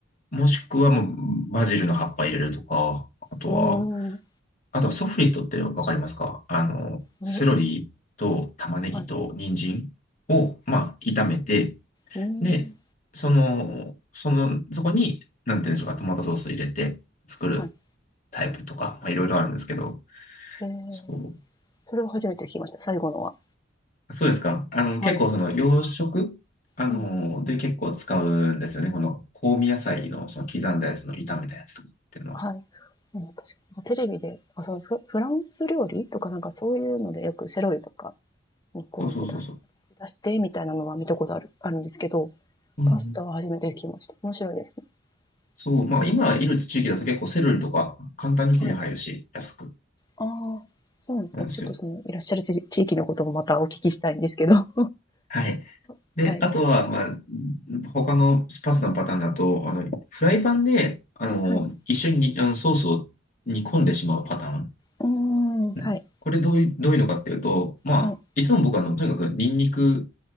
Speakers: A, on the left; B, on the left.
A: もしくはもうバジルの葉っぱ入れるとか、あとは、
B: うーん。
A: あとはソフリットってわかりますかあの、
B: 見る。
A: セロリと玉ねぎと人参を、
B: はい。
A: まあ、炒めて、
B: うーん。
A: で、その、その、そこに、なんていうんでしょうか、トマトソース入れて作る
B: はい。
A: タイプとか、まあ、いろいろあるんですけど、
B: ええ、
A: そ
B: それは初めて聞きました。最後のは。
A: う、そうですかあの、
B: はい。
A: 結構その洋食あの、
B: うん。
A: で結構使うんですよね。この香味野菜のその刻んだやつの炒めたやつとかっていうのは。
B: はい。うん、確かテレビで、あ、そう、フフランス料理とかなんかそういうのでよくセロリとか煮込んで出し出してみたいなのは見たことある、
A: そうそうそうそう。
B: あるんですけど、
A: うんうん
B: パスタは初めて聞きました。面白いですね。
A: そう、まあ今いる地域だと結構セルとか簡単に手に入るし、
B: ええ、はい。
A: 安く
B: ああ、そうなんですね。
A: なんですよ。
B: ちょっとその、いらっしゃる地地域のこともまたお聞きしたいんですけど。
A: はい。
B: <laughs>
A: で、
B: はい。
A: あとは、まあ、他のパスタのパターンだと、あの、フライパンで、あの、
B: はい。
A: 一緒に、あの、ソースを煮込んでしまうパターン。
B: うーん、はい、
A: うんこれどういう、どういうのかっていうと、まあ、
B: はい、
A: いつも僕は、あの、とにかくニンニク